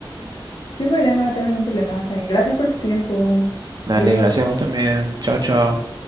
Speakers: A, on the left (about 60°); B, on the right (about 50°).
A: Sin problema, no tengo ningún problema. Está bien. Gracias por tu tiempo.
B: Dale,
A: Adiós.
B: gracias a vos también. Chao, chao.